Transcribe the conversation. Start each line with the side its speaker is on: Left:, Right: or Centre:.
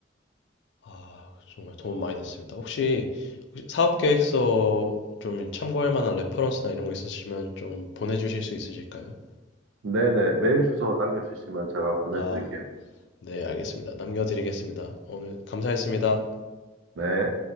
Left: 아, 정말 도움 많이 됐습니다. 혹시, 혹시 사업 계획서 좀 참고할 만한 레퍼런스나 이런 거 있으시면 좀 보내주실 수 있으실까요?
Right: 네네, 메일 주소 남겨주시면 제가 보내드릴게요.
Left: 아, 네, 알겠습니다. 남겨드리겠습니다. 오늘 감사했습니다.
Right: 네.